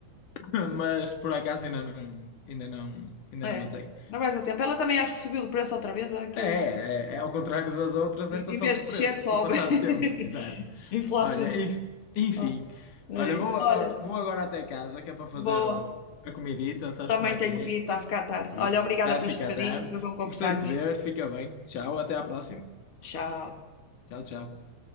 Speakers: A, on the left; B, on the left.
A: <laughs> mas por acaso ainda não, ainda não, ainda
B: É.
A: não a tenho.
B: Não vais a tempo. Ela também acho que subiu de preço outra vez, aquilo.
A: É, é, é é ao contrário das outras,
B: Em
A: esta sobe
B: em vez de
A: de
B: descer,
A: preço
B: sobe.
A: com o passar
B: <laughs>
A: do tempo, <laughs> exato.
B: Inflaciona.
A: Olha, enf- enfim,
B: Ah, é
A: olha, vou
B: isso.
A: agora,
B: Olha.
A: vou agora até casa que é para fazer
B: Boa.
A: o- a comidita, sabes
B: Também
A: como é
B: tenho
A: que é?
B: que ir, está a ficar tarde.
A: Pois.
B: Olha,
A: Está
B: obrigada
A: a
B: por
A: ficar
B: este bocadinho,
A: tarde.
B: foi bom conversarmos.
A: Gostei de te ver, fica bem. Tchau, até à próxima.
B: Tchau.
A: Tchau, tchau.